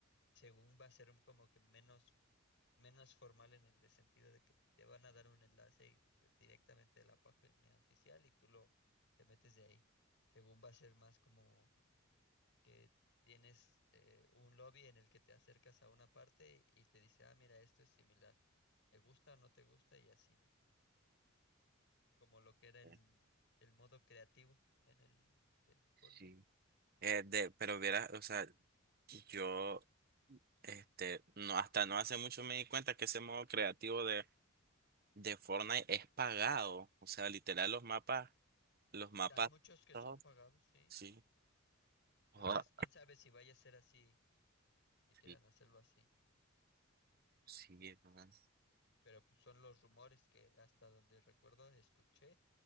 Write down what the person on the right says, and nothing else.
Eh,
Sí. eh, de, pero hubiera, o sea, yo este, no, hasta no hace mucho me di cuenta que ese modo creativo de, de Fortnite es pagado. O sea, literal los mapas, los mapas,
todos,
sí.
Joda,
sí,
sí, es verdad.